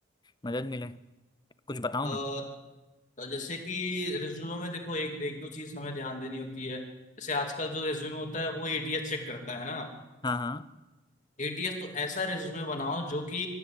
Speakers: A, on the left (about 20°); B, on the left (about 35°).
A: मदद मिले कुछ बताओ
B: अ,
A: ना
B: तो जैसे कि रिज्यूमे में देखो एक एक दो चीज हमें ध्यान देनी होती है जैसे आजकल जो रिज्यूमे होता है वो एटीएस चेक करता है ना
A: हाँ हाँ
B: एटीएस तो ऐसा रिज्यूमे बनाओ जो कि